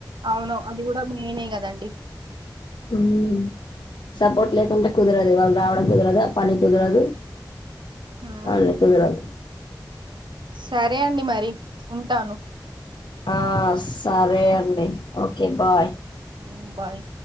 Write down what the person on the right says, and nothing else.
అవును అది కూడా మెయినే కద అండి
ఉమ్
సరే అండి మరి ఉంటాను
మ్ బాయ్